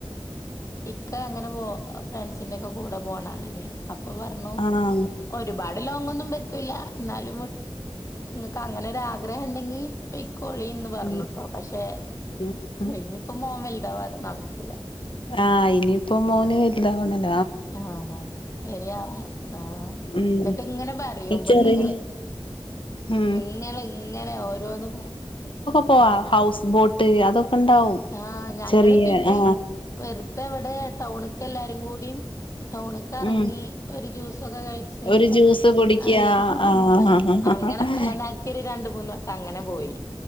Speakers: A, on the left; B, on the left.
A: ഇക്ക അങ്ങനെ പോ ഒക്കെ കൂടെ പോകാ <unintelligible> ഇ പറഞ്ഞു
B: ആഹ്
A: ഒരുപാട് ലോങ്ങൊന്നും പറ്റൂല്ല എന്നാലുംക്ക് അങ്ങനെരാഗ്രഹം ഉണ്ടെങ്കി ളിന്ന് പറഞ്ഞിട്ടോ.
B: ഉം
A: പക്ഷെ
B: ഉം ഉം
A: ഇഴഞ്ഞപ്പോ മോ ഇതാവാതെ നടക്കൂല.
B: ആഹ് ഇനിയിപ്പോ മോന് വരിതാവുന്നല്ലോ.
A: ആഹ ആ ശരിയാ ആഹ
B: ഉം
A: എന്നിട്ട് ഇങ്ങനെ പറയും പെണ്ണുങ്ങള്
B: ചെറിയ ഉം
A: ഇങ്ങെ ഇങ്ങനെ ഓരോന്നും പറ
B: ഇ ഹൗസ് ബോട്ട് അതൊക്കെ ഇണ്ടാവും
A: ആഹ് ഞങ്ങള്
B: ചെറിയ
A: പിന്നെ
B: ആ
A: വെറുതെ എവിടെ ടൗണക്കെ എല്ലാരും കൂടിയും ടൗണക്ക് ഇറങ്ങി
B: ഉം
A: ഒരു ജൂസ് കഴ്ച്ച്
B: ഒരു
A: എന്തേനി
B: ജ്യൂസ് കുടിക്ക
A: ഹ ഹ
B: ആഹ്
A: അങ്ങനെ പ്ലാനിക്കി രണ്ടു <unintelligible> അങ്ങനെ പോയി.